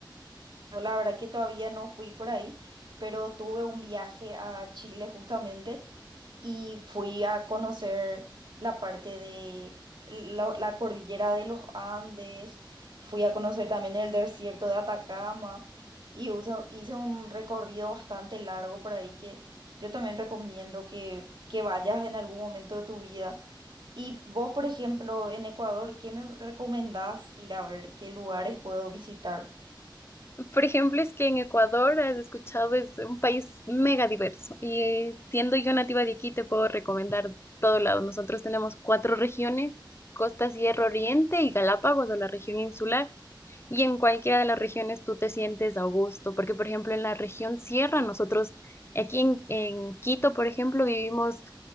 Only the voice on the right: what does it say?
Yo la verdad que todavía no fui por ahí, pero tuve un viaje a Chile justamente y fui a conocer la parte de la, la cordillera de los Andes, fui a conocer también el desierto de Atacama y uso- hice un recorrido bastante largo por ahí que yo también recomiendo que, que vayas en algún momento de tu vida. Y vos, por ejemplo, en Ecuador, ¿qué me recomendás ir a ver? ¿Qué lugares puedo visitar?